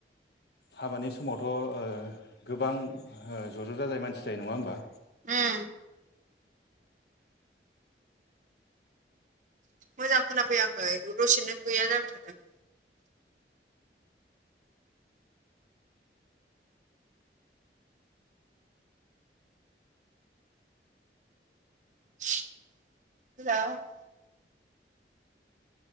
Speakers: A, on the left; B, on the right.
A: हाबानि समावथ' ओ गोबां ज' ज' जाजानाय मानसि जानाय नङा होमबा?
B: उम। मोजां खोना फैयाखै दसेनो गैया जाबाय थादों <unintelligible>